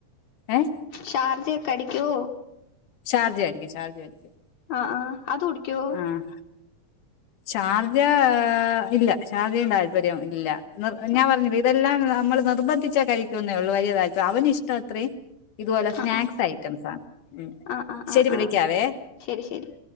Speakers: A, on the left; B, on the left.
A: ഏഹ്
B: ഷാർജക്കെ അടിക്കോ?
A: ഷാർജ അടിക്കും ഷാർജ അടിക്കും.
B: ആ ആ അത് കുടിക്കോ?
A: ആഹ് ഷാർജ ഇല്ല ഷാർജയും താല്പര്യവും ഇല്ല നിർ ഞാൻ
B: ആ
A: പറഞ്ഞില്ലേ ഇതെല്ലാം നമ്മൾ നിർബ ന്ധിച്ചാ കഴിക്കുന്നേള്ളൂ വല്യ താല്പ അവന് ഇഷ്ട അത്രയും ഇതുപോലെ സ്നാക്സ്
B: ആ
A: ഐറ്റംസ് ആണ് ഉം
B: ആ ആ ആ
A: ശരി വിളിക്കാവേ.
B: ആ ശരി ശരി